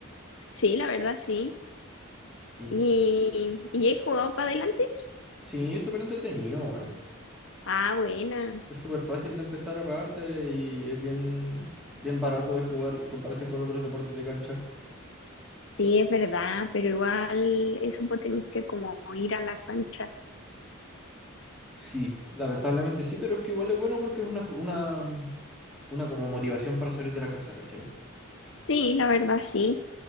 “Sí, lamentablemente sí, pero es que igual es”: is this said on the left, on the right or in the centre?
Centre